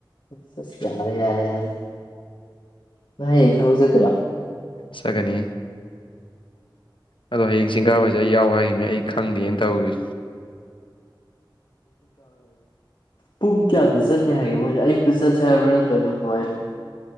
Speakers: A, on the left; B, on the left.
A: ꯑꯁ ꯑꯁ ꯌꯥꯔꯦ ꯌꯥꯔꯦ ꯌꯥꯔꯦ ꯉꯥꯏ ꯍꯌꯦꯡ ꯐꯕ ꯆꯠꯇꯔꯣ
B: ꯁꯒꯅꯤ ꯑꯗꯣ ꯍꯌꯦꯡ ꯆꯤꯡ
A: ꯀꯩ
B: ꯀꯥꯕꯁꯦ ꯑꯩ ꯌꯥꯎ ꯍꯥꯏꯈꯤꯕꯅꯤ ꯑꯩ ꯈꯪꯗꯦꯅ ꯇꯧꯏ
A: ꯄꯨꯡ ꯀꯌꯥꯗ ꯆꯠꯅꯤ ꯍꯥꯏꯒꯦ ꯃꯣꯏꯁꯦ ꯑꯌꯨꯛꯇ ꯆꯠꯁꯦ ꯍꯥꯏꯕ꯭ꯔꯥ ꯅꯠꯇ꯭ꯔꯒ ꯀꯃꯥꯏꯅꯣ